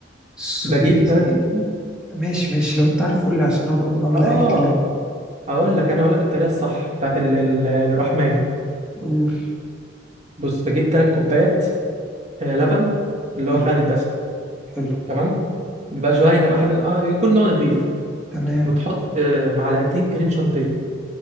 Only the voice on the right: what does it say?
بجيب
اه
هقول لك انا هقول لك الطريقه الصح بتاعت ال- ال- الرحماني
بص بجيب تلات كوبايات آه، لبن اللي
هو خالي الدسم
تمام بيبقى جهينه بقى آه، يكون نوع نضيف
وتحط آه، معلقتين كريم شانتيه